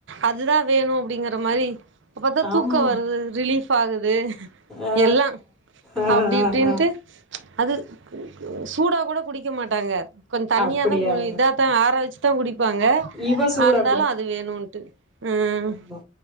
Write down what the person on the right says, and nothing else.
அதுதா வேணு அப்டிங்கற மாரி அப்ப தா
தூக்கோ வருது ரிலீஃப் ஆகுது
எல்லா
அப்டி
இப்டின்ட்டு
அது சூடா கூட குடிக்க மாட்டாங்க கொஞ்ச தண்ணியாதா
கு இதா தா ஆர வச்சுதா குடிப்பாங்க
அந்தாலும் அது வேணுன்ட்டு ம்